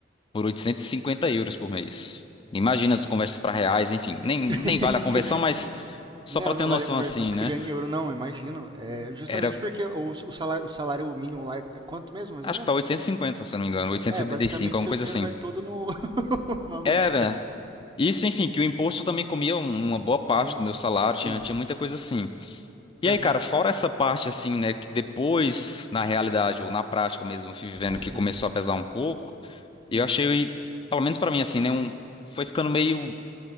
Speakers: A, on the left; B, on the right.
A: por 850 euros por mês. Imagina
B: É.
A: se tu converte para reais, enfim, nem,
B: <laughs>
A: nem vale a conversão,
B: Você gan-
A: mas só
B: Não,
A: pra ter
B: não
A: noção
B: vale a conversão
A: assim,
B: que
A: né?
B: você ganha em euro, não, imagino. É justamente
A: Era,
B: porque o, o salário, o salário mínimo lá é, é quanto mesmo, mais
A: acho
B: ou menos?
A: que tá 850, se eu não me engano, 875,
B: É, basicamente
A: alguma
B: seu
A: coisa
B: dinheiro
A: assim.
B: vai todo no, <laughs> no aluguel.
A: Era Isso, enfim, que o imposto também comia um- uma boa parte
B: Um-
A: do meu salário,
B: sim.
A: tinha, tinha muita coisa assim. E
B: Aham.
A: aí, cara, fora essa parte assim, né, que depois, na realidade, ou na prática mesmo, eu fui vivendo
B: Sim.
A: que começou a pesar um pouco, eu
B: Hum.
A: achei, pelo menos pra mim, assim, né, um, foi ficando meio